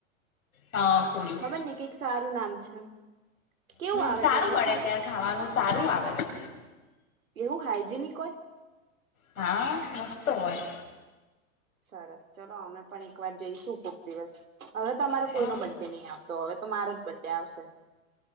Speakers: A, on the left; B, on the right.
A: હા ખોડી
B: ખબર નઈ કઈ સારું નામ. અચ્છા. કેવું
A: હમ
B: આવે
A: સારું
B: ત્યાંનું
A: મળે
B: ખાવા
A: ત્યાં ખાવાનું સારું આવે છે
B: એવું હાઈજનિક. કોઈ.
A: હા મસ્તો હોય.
B: સરસ ચલો અમે પણ એક વાર જઈશું ખુક દિવસ. હવે તો અમારો
A: હા
B: કોઈ ન બડ્ડે નહીં આપ. તો હવે તો મારો જ બડ ડે આવશે.